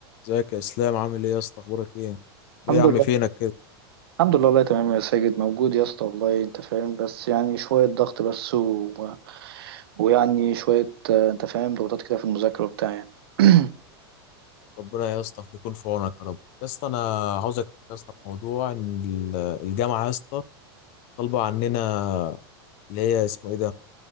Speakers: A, on the left; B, on the right.
A: ازيك يا اسلام عامل ايه يا اسطى اخبارك ايه ايه
B: الحمد
A: يا عم
B: لله
A: فينك كده
B: الحمد لله والله تمام يا ساجد موجود يا اسطى والله انت فاهم بس يعني شوية ضغط بس و... ويعني شوية آه، انت فاهم ضغوطات كده في المذاكرة وبتاع يعني <clears throat>
A: ربنا يا اسطى يكون في عونك يا رب يا اسطى انا عاوزك تشوف يا اسطى في موضوع ان ال- الجامعه يا اسطى طالبه عننا اللي هي اسمه ايه ده